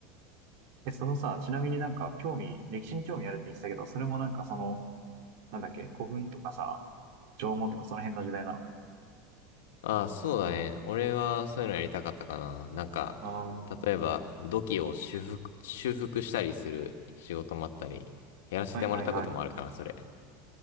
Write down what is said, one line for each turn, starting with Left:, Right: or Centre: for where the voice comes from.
Right: え、そのさ、ちなみになんか興味、歴史に興味あるって言ってたけど、それもなんかその、なんだっけ、古墳とかさ、縄文とかその辺の時代なの
Left: ああ、そうだね。俺はそういうのやりたかったかな。なんか、
Right: ああー、
Left: 例えば、土器を修復、修復したりする仕事もあったり、やらせてもらったこともあるかな、
Right: はいはいはい。
Left: それ。